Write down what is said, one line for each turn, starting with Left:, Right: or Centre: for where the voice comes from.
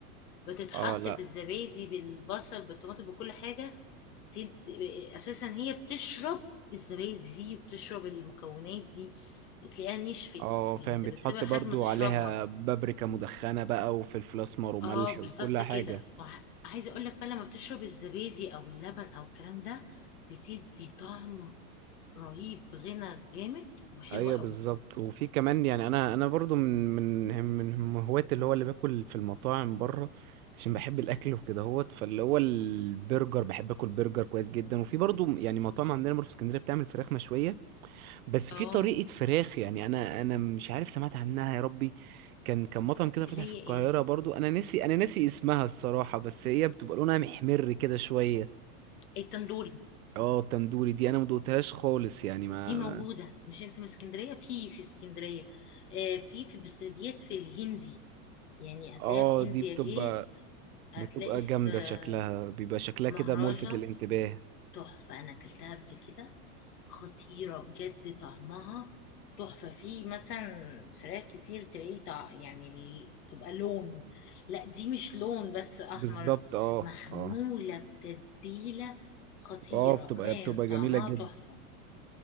Left: بتتحط
Right: اه لا
Left: بالزبادي بالبصل بالطماطم بكل حاجه تن- اساسا هي بتشرب الزبادي دي بتشرب المكونات دي تلاقيها نشفت
Right: اه
Left: يعني
Right: فاهم
Left: انت
Right: بيتحط
Left: بتسيبها لحد
Right: برضو
Left: ما تشربها
Right: عليها بابريكا مدخنه بقى وفلفل اسمر وملح
Left: اه
Right: وكل
Left: بالظبط
Right: حاجه
Left: كده وع- عايزه اقول لك بقى لما بتشرب الزبادي او اللبن او الكلام ده بتدي طعم رهيب غنى جامد وحلوة
Right: ايوه
Left: قوي
Right: بالظبط وفي كمان يعني انا انا برضو من من من هوااتي اللي هو اللي باكل في المطاعم بره عشان بحب الاكل وكده هوت فاللي هو البرجر بحب اكل برجر كويس جدا وفي برضو يعني مطاعم عندنا برضو في اسكندريه بتعمل فراخ مشويه بس
Left: اه
Right: في طريقه فراخ يعني انا انا مش عارف سمعت عنها يا ربي كان كان مطعم كده فتح
Left: اللي هي
Right: في القاهره
Left: ايه
Right: برضو انا ناسي انا ناسي اسمها الصراحه بس هي بتبقى لونها محمر كده شويه
Left: التندوري
Right: اه التندوري دي انا ما دقتهاش خالص يعني ما
Left: دي موجودة
Right: ما-
Left: مش انت من اسكندرية في في اسكندرية آه، في في بس ديت في الهندي يعني هتلاقيها
Right: اه
Left: في انديا
Right: دي بتبقى
Left: جيت هتلاقي
Right: بتبقى
Left: في
Right: جامدة
Left: آه،
Right: شكلها بيبقى شكلها
Left: مهرجة
Right: كده ملفت للانتباه
Left: تحفة أنا أكلتها قبل كده خطيرة بجد طعمها تحفة في مثلا فراخ كتير تلاقي طع- يعني ال- تبقى لون لا دي مش لون بس أحمر
Right: بالظبط اه
Left: محمولة
Right: اه
Left: بتتبيلة خطيرة
Right: اه بتبقى
Left: كان
Right: بتبقى
Left: طعمها
Right: جميلة جدا
Left: تحفة